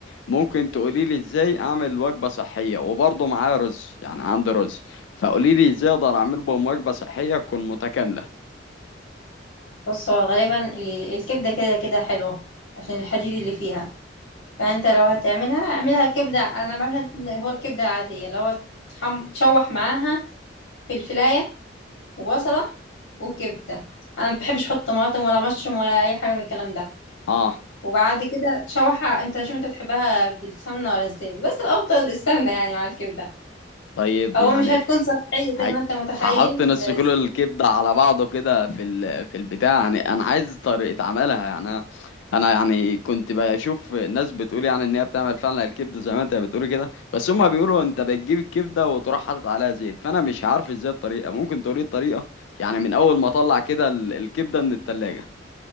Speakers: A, on the left; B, on the left.
A: ممكن تقولي لي إزاي أعمل وجبة صحية وبرضه معايا رز يعني عندي رز فقولي لي ازاي اقدر اعمل بهم وجبه صحيه تكون متكامله
B: بص هو غالبا ال- الكبدة كده كده حلوة عشان الحديد اللي فيها فانت لو هتعملها اعملها كبدة انا بعملها اللي هو الكبدة العادية اللي هو تحم... تشوح معاها فلفلاية وبصلة وكبدة انا ما بحبش احط طماطم ولا مشروم ولا اي حاجة من الكلام ده
A: اه
B: وبعد كده تشوحها انت شوف انت بتحبها بالسمنة ولا الزيت بس الافضل <laughs> السمنة يعني مع الكبدة
A: طيب
B: او
A: يعني
B: مش هتكون صحية زي
A: ه-
B: ما انت متخيل
A: هحط نص كيلو
B: بس
A: الكبده على بعضه كده في ال... في البتاع يعني انا عايز طريقه عملها يعني انا أنا يعني كنت بشوف ناس بتقول يعني ان هي بتعمل فعلا الكبده زي ما انت بتقولي كده بس هما بيقولوا انت بتجيب الكبده وتروح حاطط عليها زيت فانا مش عارف ازاي الطريقه ممكن تقولي الطريقه يعني من اول ما اطلع كده ال- الكبده من التلاجة